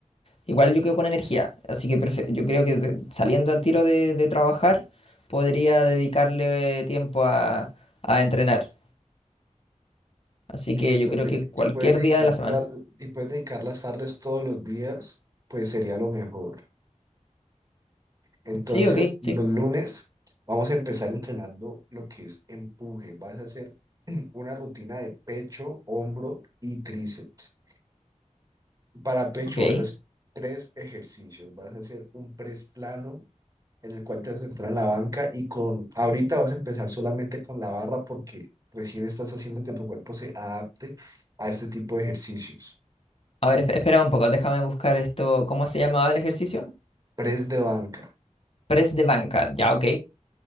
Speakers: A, on the left (about 50°); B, on the right (about 30°).
A: igual yo quedo con energía, así que prefe- yo creo que de- saliendo al tiro de, de trabajar podría dedicarle tiempo a, a entrenar, así
B: Listo.
A: que yo creo
B: me-
A: que cualquier
B: si puedes dedicar
A: día de la semana.
B: toda- si puedes dedicar las tardes todos los días, pues sería lo mejor. Entonces,
A: Sí, ok,
B: los
A: sí,
B: lunes vamos a empezar entrenando lo que es empuje. Vas a hacer <clears throat> una rutina de pecho, hombro y tríceps. Para pecho
A: ok.
B: vas a hacer tres ejercicios. Vas a hacer un press plano en el cual te vas a centrar en la banca y con, ahorita vas a empezar solamente con la barra porque recién estás haciendo que tu cuerpo se adapte a este tipo de ejercicios.
A: A ver, esp- espera un poco, déjame buscar esto, ¿cómo se llamaba el ejercicio?
B: Press de banca,
A: Press de banca, ya, ok,